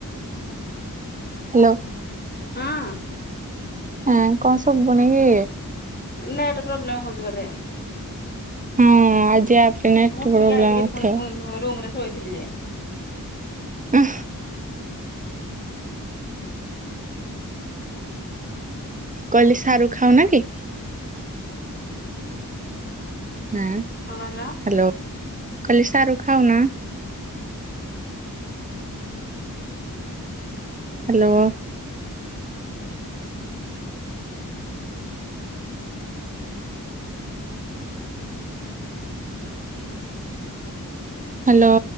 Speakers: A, on the right; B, on the left.
A: Hello.
B: ହଁ।
A: ହଁ କଣ ଶୁବୁନିକି?
B: ନେଟ ପ୍ରୋବ୍ଲେମ ହଉଛି ବୋଧେ।
A: ହଁ ଆଜି ନେଟ
B: ମୁଁ ଉଠିକି
A: ପ୍ରୋବ୍ଲେମ
B: ଆଇଲି ହେରି ପୁଣି
A: ଥିବ
B: ରୁମ ରେ ଶୋଇଥିଲି ଯେ
A: ହ। କହିଲି ସାରୁ ଖାଉନା କି? ହଁ ହ୍ୟାଲୋ
B: କଣ କହିଲ?
A: କହିଁଲି ସାରୁ ଖାଉନ? ହ୍ୟାଲୋ। ହ୍ୟାଲୋ।